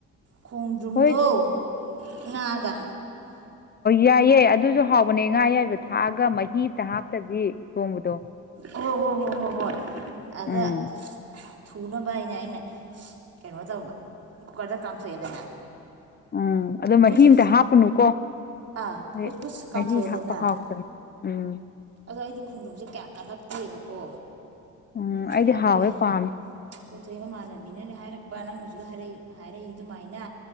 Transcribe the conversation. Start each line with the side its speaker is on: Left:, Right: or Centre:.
Right: ꯈꯣꯡꯗ꯭ꯔꯨꯝꯗꯣ
Left: ꯍꯣꯏ
Right: ꯉꯥꯒ
Left: ꯌꯥꯏꯌꯦꯦ ꯑꯗꯨꯁꯨ ꯍꯥꯎꯕꯅꯦ ꯉꯥ ꯑꯌꯥꯏꯕ ꯊꯥꯛꯑꯒ ꯃꯍꯤꯗ ꯍꯥꯞꯇꯕꯤ ꯊꯣꯡꯕꯗꯣ
Right: ꯍꯣ ꯍꯣ ꯍꯣ ꯍꯣ ꯍꯣꯏ ꯑꯗ
Left: ꯎꯝ
Right: ꯊꯨꯅꯕ ꯍꯥꯏꯅꯦ ꯑꯩꯅ ꯀꯩꯅꯣ ꯇꯧꯕ ꯀꯨꯀꯔꯗ ꯀꯥꯝꯊꯣꯛꯑꯦꯗꯅ
Left: ꯎꯝ ꯑꯗꯣ ꯃꯍꯤ
Right: ꯐꯨꯁ ꯐꯨꯁ
Left: ꯑ ꯑꯃꯇ ꯍꯥꯞꯄꯅꯨꯀꯣ
Right: ꯑꯥ
Left: ꯑꯗꯦ
Right: ꯐꯨꯁ ꯐꯨꯁ ꯀꯥꯝꯊꯣꯛꯑꯦꯗꯅ
Left: ꯃꯜꯂꯤ ꯍꯥꯄ ꯍꯥꯥꯎꯇ ꯎꯝ
Right: ꯑꯗꯣ ꯑꯩꯗꯤ ꯈꯣꯡꯗ꯭ꯔꯨꯝꯁꯦ ꯀꯌꯥ ꯀꯜꯂꯛꯇꯦꯕꯀꯣ
Left: ꯎꯝ ꯑꯩꯗꯤ
Right: ꯑꯗ ꯑꯩꯈꯣꯏ
Left: ꯍꯥꯎꯋꯦ
Right: ꯑꯩꯈꯣꯏꯊꯣꯏꯏꯕꯃꯥꯟꯅꯕꯤꯅꯅꯦ
Left: ꯄꯥꯝꯃꯦ
Right: ꯍꯥꯏꯔꯛꯄ ꯕꯕꯥ ꯅꯪꯅ ꯍꯧꯖꯤꯛ ꯍꯥꯏꯔꯛ ꯍꯥꯏꯔꯛꯏ ꯑꯗꯨꯃꯥꯏꯅ